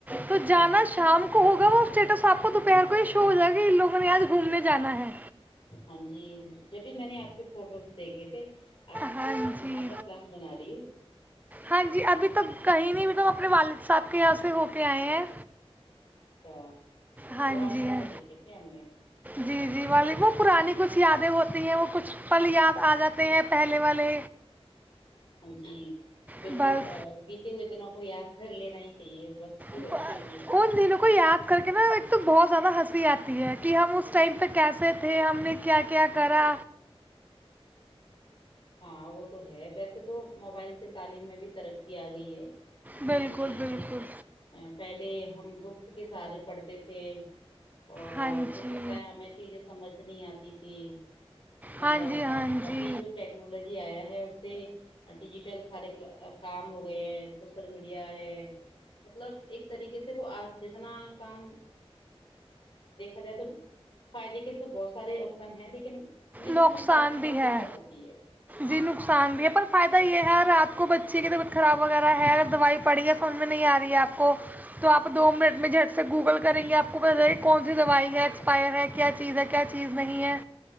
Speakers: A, on the right; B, on the left.
A: تو جانا شام کو ہوگا وہ اسٹیٹس آپ کو دوپہر کوشو ہو جائے گا ان لوگوں نے آج گھومنے جانا ہے
B: ہاں جی جب بھی میں نے آپ کے فوٹوز دیکھے تھے آج کل
A: ہاں
B: کہاں گھومنے
A: جی
B: کا پلان بنا رہی ہو
A: ہاں جی ابھی تو کہیں نہیں بھی تم اپنے والد صاحب کےیاسے ہو کے آئے ہیں
B: اچھا تو
A: ہاں
B: پرانے
A: جی
B: فوٹو
A: ہے
B: دیکھے تھے ہم نے
A: جی جی والی وہت پرانی کچھ یادیں ہوتی ہیں وہ کچھ پل یاد آ جاتی تے ہیں پہلے والے
B: ہاں جی بالکل
A: بس
B: بیتے ہوئے دنوں کو یاد کر لینا ہی چاہیے اس وقت
A: ب-
B: رتی
A: ان دنوں کو یاد کر کے نہا ایک تو بہت زیادہ ہ آتی ہے کہ ہم اس اسٹمت کیسے تھے ہم نے کیا کیا کرا
B: ہاں وہ تو ہے ویسے تو موبائل سے تعلیم میں بھی ترقی آ گئی ہے
A: بالکل
B: کہ جیسے
A: بالکل
B: پہلے ہم بکس کے سارے پڑھتے تھے اور
A: ہاں
B: ہو
A: جی
B: سکتا ہے ہمیں چیزیں سمجھ نہیں آتی تھی مطلب
A: ہاں جی ہاں
B: اور
A: جی
B: ابھی جو ٹیکنالوجی آیا ہے اس سے ڈیجیٹل سارے کام ہو گئے ہیں سوشل میڈیا ہے مطلب ایک طریقے سے وہ جتنا کام دیکھا جائے تو فائدے کے بہت سارے آپشن ہیں لیکن مس
A: نقصان
B: یوز کرتے ہیں
A: بھی
B: تب
A: ہے
B: دقت ہوتی ہے ہاں
A: جی نقصان بھی ہے پر فائدہ یہ ہے رات بچی کی طبیعت خراب وغیرہ ہے اگر دوائی پڑی ہے سج میں نہیں آ رہی ہے آپ کو تو آپ دو منٹ میں جھٹ سے گوگل کریں گے آپ کو پت چے گ کہ کون سی دوائی ہے ایکسپائر ہے کیا چیز ہے کیا چیز نہیں ہے